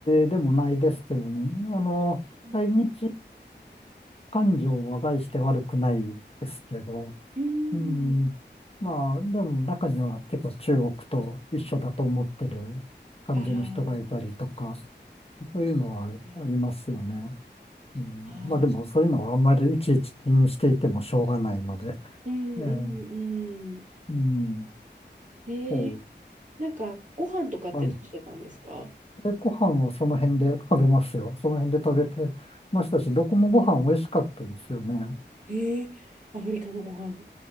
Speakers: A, on the left; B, on the right.
A: でもないですけどね。あの、
B: うん、
A: 対日感情は概して悪くないですけど、
B: うーん、
A: うん、まあでも中には結構中国と一緒だと思ってる感じの人がいたりとか、
B: あら、は
A: そういうのはありますよね。
B: い
A: うん、
B: あ
A: まあでもそういうのはあんまりいちいち気にしていてもしょうがないので、
B: ー、うん、う
A: ええ
B: ん、うん。
A: うん、
B: へえ、
A: そ
B: なんかご飯とかってどうしてたんですか
A: う、はいでご飯はその辺で食べますよ。その辺で食べてましたし、どこもご飯美味しかったですよね。
B: えー、アフリカのご飯。